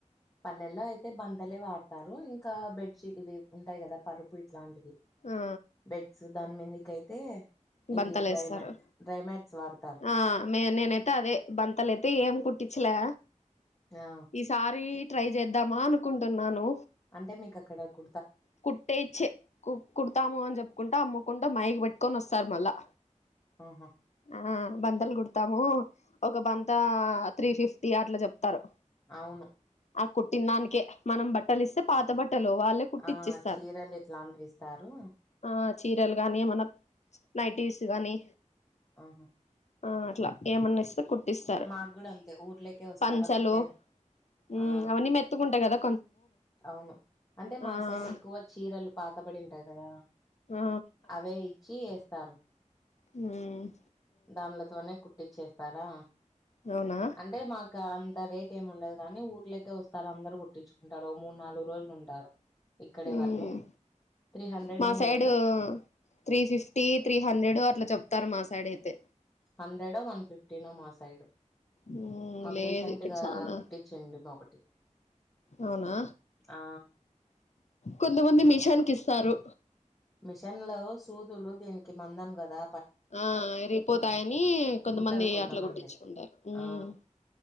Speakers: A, on the left; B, on the left.
A: పల్లెల్లో అయితే బంతలే వాడ్తారు ఇంకా బెడ్షీట్ ఇవి ఉంటాయి కదా పరుపు ఇట్లాంటివ్
B: ఆ
A: బెడ్స్ దాన్ మీదికైతే ఇదీ
B: బంతలు
A: డ్రైమ్యాట్
B: వేస్తారు
A: డ్రైమ్యాట్స్ వాడ్
B: ఆ మే నేనైతే అదే బంతలైతే ఏం కుట్టిచ్చలా
A: ఆ
B: ఈసారి ట్రై చేద్దామా అనుకుంటున్నాను.
A: అంటే మీకక్కడ కొ
B: కుట్టేచ్చే కు కుడతాము అన్ జేప్పుకుంటా, అమ్ముకుంటా మైక్ పెట్టుకోన్ వస్ స్తారు మళ్ళా
A: ఆహా!
B: ఆ బంతల్ కుడ్తాము ఒక బంతా త్రీ ఫిఫ్టీ అట్లా చెప్తారు.
A: అవును.
B: ఆ కుట్టిన్ దానికే మనం బట్టలిస్తే పాత బట్ ట్టలు వాళ్ళే కుట్టిచ్చిస్తార్
A: ఆ చీరలు ఇట్లాంటివి ఇస్తారు
B: ఆ చీరల్ గానీ మన నైటీస్ గాని
A: ఆహా
B: ఆ అట్లా ఏమన్నా ఇస్తే కుట్ ఇస్తారు.
A: మాకు కూడా అంతే ఊర్లేకే వస్తారా
B: పంచలు
A: కుట్టేదా
B: మ్
A: ఆ
B: అవన్నీ మెత్తుకుంటాయి గదా
A: అవును అంటే మా
B: ఆ
A: సైడ్ ఎక్కువ చీరలు పాత పడిబడి ఉంటాయి కదా
B: ఆ
A: అవే ఇచ్చి ఏస్తారు.
B: హ్మ్
A: దాన్లతోనే కుట్టిచ్చేస్తారా
B: అవునా
A: అంటే మాకా అంత రేట్ ఏం ఉండదు గానీ ఊర్లకే వస్ స్తారు అందరు కుట్టిచ్చుకుంటారు మూడు నాలుగు రోజులు ఉంటారు ఇక్కడే
B: మ్మ్
A: వాళ్ళు త్రీ హండ్రెడ్
B: మా
A: ఏం
B: సైడ్
A: లేదు
B: త్రీ ఫిఫ్టీ, త్రీ హండ్రెడ్ అట్లా చెప్ తారు మాసైడైయితే
A: హండ్రెడో వన్ ఫిఫ్టీనో మా సైడ్
B: మ్మ్
A: మాకు
B: లేదు
A: రీసెంట్గా
B: ఇక్కడ చానా
A: తెచ్చిండు ఒకటి
B: అవునా
A: ఆ
B: కొంతమంది మిషాని కిస్ స్తారు.
A: మిషన్లో సూదులు దీనికి మందం గదా
B: ఆ ఇరిగిపోతాయనీ కొంతమంది
A: కుట్టారు కొంతమంది
B: అట్ల గుట్టిచ్చుకుంటారు. మ్
A: ఆ